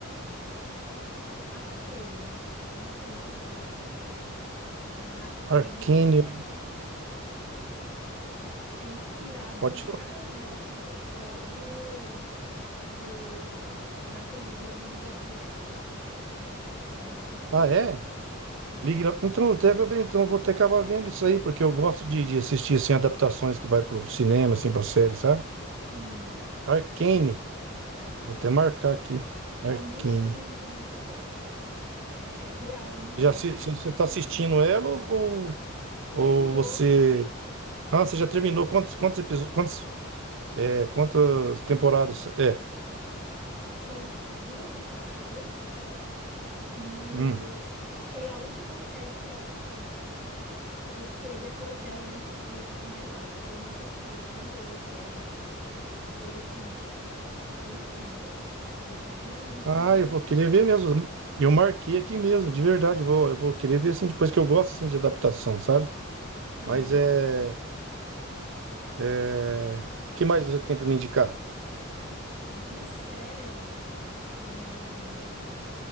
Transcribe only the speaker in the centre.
Arcane. Eu não sei em português qual que é o nome, mas a Arcane
é, é inspirada,
inspirada
não, né? Ela conta a história do, do daquele jogo League of Legends. Já ouviu falar?
Sim,
sim,
é.
É muito, muito, muito bom. É, é real, muito
bom.
Terminou,
são duas temporadas e
foi a última série que eu assisti. Porque depois dela eu não consegui assistir mais nada. Eu não sei por quê, de tão boa que era. Foi assim, foi incrível. É, um- é realmente
uma série
incrível.
Sei.
De série, ahn,